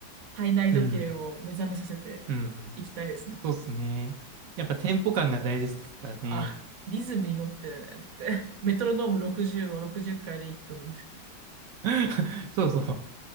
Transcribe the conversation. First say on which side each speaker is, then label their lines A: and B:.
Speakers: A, on the right; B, on the right.
A: 体内時計を目覚めさせて
B: うん。うん。
A: いきたいですね。
B: そうっすね。やっぱテンポ感が大事ですからね。
A: あ、リズムに乗ってねって。<laughs> メトロノーム60を60回で一分。
B: <laughs> そうそう。